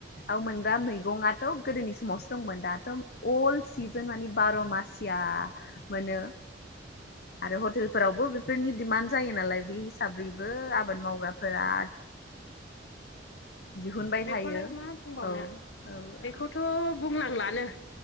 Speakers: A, on the left (about 55°); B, on the left (about 80°).
A: आव मोनग्रा मैगंआथ गोदोनि समावसो दंमोन दाथ अल्ड सिजोन माने बार' मास थिया <unintelligible> मोनो
B: <inaudible>
A: आरो हटेलफोरावबो बेफोरनि डिमान्ड जायो नालाय बे हिसाबैबो आबाद मावग्राफोरा दिहुनबाय
B: बेखौलाय
A: थायो
B: मा बुंबावनो
A: औ औ
B: बेखौथ बुंनांलानो